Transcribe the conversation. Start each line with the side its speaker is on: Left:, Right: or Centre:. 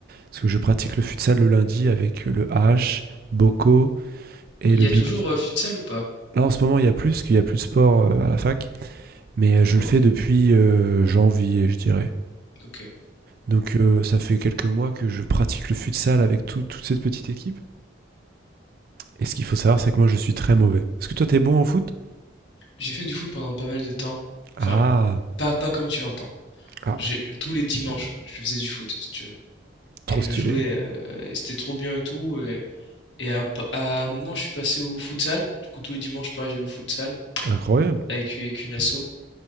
Right: Parce que je pratique le futsal le lundi avec euh, le H, Boko et
Left: Il
Right: le
Left: y a
Right: Big.
Left: toujours
Right: D.
Left: euh, futsal ou pas?
Right: Là, en ce moment, il n'y a plus, parce qu'il n'y a plus de sport euh, à la fac. Mais euh,
Left: Oh,
Right: je le fais depuis euh, janvier, je dirais.
Left: ok.
Right: Donc, euh, ça fait quelques mois que je pratique le futsal avec tout- toute cette petite équipe. Et ce qu'il faut savoir, c'est que moi, je suis très mauvais. Est-ce que toi, t'es bon en foot
Left: J'ai fait du foot pendant pas mal de temps.
Right: Ah,
Left: Enfin, pas, pas comme tu l'entends.
Right: ah,
Left: J'ai, tous les dimanches, je faisais du foot, si tu veux.
Right: trop
Left: Et je
Right: stylé.
Left: jouais, euh, et c'était trop bien et tout. Et, et à, à un moment, je suis passé au futsal. Du coup, tous les dimanches, pareil, j'allais au futsal
Right: Incroyable.
Left: avec, avec une asso.